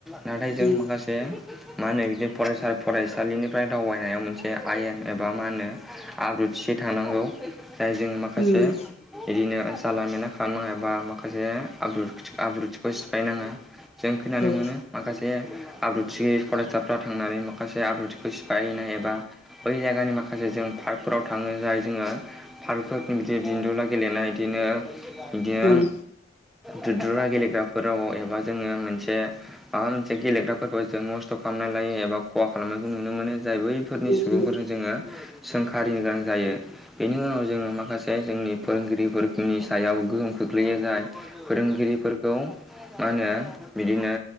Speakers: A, in the centre; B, on the left.
A: नाथाय जों
B: उम
A: माखासे मा होनो बिदि फरायसा फरायसालिनिफ्राय दावबायनायाव मोनसे आयेन एबा मा होनो? आब्रुथिसे थांनांगौ जाय जों माखासे
B: उम
A: बिदिनो जाला मेला खालामनाङा ए बा माखासेब आब्रुथिखौ सिफायनाङा। जों फैनानै
B: औ
A: मोनो माखासे आब्रुथि गै फरायसाफ्रा थांनानै माखासे आब्रुथिखौ सिफायैनाय एबा बै जायगानि माखासे जों पार्कफोराव थाङो जाय जोङो फारफोर बिदि दन्दुला गेलेनाय बिदिनो बिदिनो
B: उम
A: दुद्रुरा गेलेग्राफोराव एबा जोङो मोनसे आर मोनसे गेलेग्राफोरखौ जों मस्थ' खालामनानै लायो एबा खहा खालामनायखौ नुनो मोनो जाय बैफोरनि
B: उम
A: सुबुंफोरजों जोङो सोंखारिनो गोनां जायो। बेनि उनाव जोङो माखासे जोंनि फोरोंगिरिफोरनि सायाव गोहोम खोख्लैयो जाय फोरोंगिरिफोर मा होनो बिदिनो